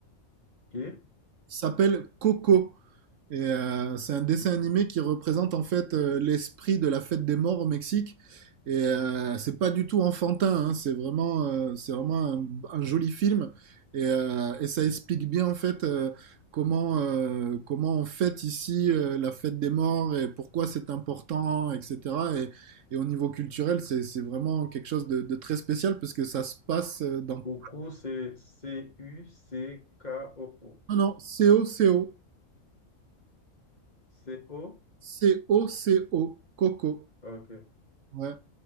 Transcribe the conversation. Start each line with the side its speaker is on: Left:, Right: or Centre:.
Left: OK?
Right: s'appelle Coco. Et euh, c'est un dessin animé qui représente en fait euh, l'esprit de la fête des morts au Mexique. Et euh, c'est pas du tout enfantin, hein, c'est vraiment, euh, c'est vraiment un, un joli film. Et, euh, et ça explique bien en fait euh, comment, euh, comment on fête ici euh, la fête des morts et pourquoi c'est important, etc. Et, et au niveau culturel, c'est, c'est vraiment quelque chose de, de très spécial parce que ça se passe euh, dans...
Left: Coco, c'est C-U-C-K-O-O.
Right: Non, non, C O C O
Left: C-O?
Right: C-O-C-O, Coco.
Left: OK.
Right: Ouais.